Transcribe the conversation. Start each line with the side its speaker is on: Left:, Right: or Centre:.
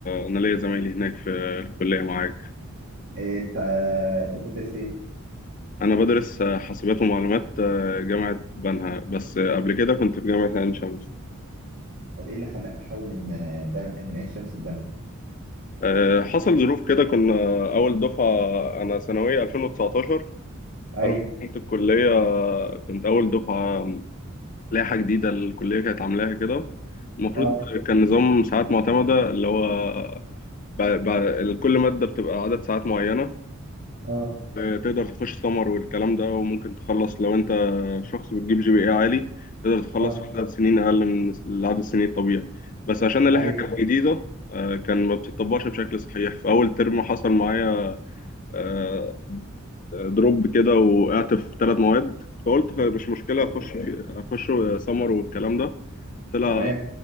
Left: انا ليا زمايلي هناك في الكليه معاك
Right: إيه، انت انت بتدرس ايه؟
Left: انا بدرس آه، حاسبات ومعلومات آه، جامعه بنها بس آه، قبل كده كنت في جامعه عين شمس
Right: طب ايه اللي خلاك تحول من آه، بن- من عين شمس لبنا؟
Left: آه، حصل ظروف كده كنا اول دفعه انا ثانويه 2019
Right: ايوه
Left: فلما دخلت الكليه آه، كنت اول دفعه لائحه جديده الكليه كانت عاملاها كده المفروض
Right: اه
Left: كان نظام ساعات معتمده اللي هو بع- بع- كل مادة بتبقى عدد ساعات معينة
Right: اه
Left: آه، تقدر تخش سمر والكلام ده وممكن تخلص لو انت شخص بتجيب جي بي اي عالي تقدر تخلص
Right: اه
Left: في عدد سنين اقل من العدد السنين الطبيعي بس عشان اللائحه
Right: ايوه
Left: كانت جديده آه، كان ما بتطبقش بشكل صحيح في اول ترم حصل معايا آه، دروب كده وقعت في ثلاث مواد فقلت مش مشكله
Right: ايوه
Left: اخش في اخش سمر والكلام ده طلع
Right: تمام